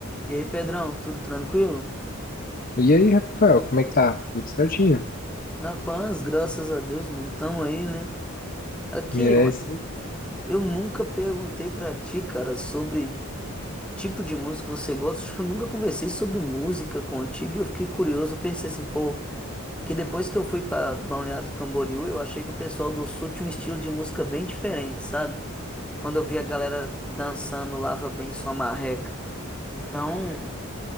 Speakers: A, in the centre; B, on the left.
A: E aí, Pedrão, tudo tranquilo?
B: E aí, Rafael, como é que tá? Tudo certinho?
A: Na paz, graças a Deus, mano, tamo aí, né? Aqui,
B: É isso aí.
A: eu nunca perguntei pra ti, cara, sobre tipo de música que você gosta. Acho que eu nunca conversei sobre música contigo e eu fiquei curioso. Eu pensei assim, pô, que depois que eu fui pra Balneário Camboriú, eu achei que o pessoal do Sul tinha um estilo de música bem diferente, sabe? Quando eu vi a galera dançando Lava Bem Sua Marreca. Então,